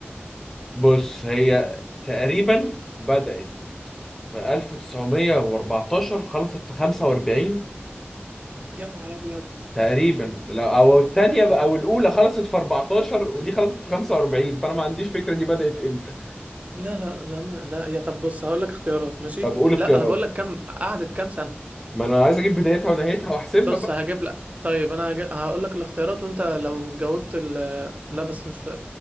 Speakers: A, in the centre; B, on the right.
A: بص هي تقريبا بدأت في 1914 خلصت في 45
B: يا نهار ابيض
A: تقريبا لو او الثانيه بقى او الاولى خلصت في 14 ودي خلصت في 45 فانا ما عنديش فكره دي بدأت امتى
B: لا لا ده انا ده يا طب بص هقول لك اختيارات ماشي؟
A: طب قول اختيارات
B: لا انا بقول لك كام قعدت كام سنة
A: ما انا عايز اجيب بدايتها ونهايتها واحسبها
B: بص
A: بقى
B: هجيب لك طيب انا هجيب... هقول لك الاختيارات وانت لو جاوبت ال... لا بس مش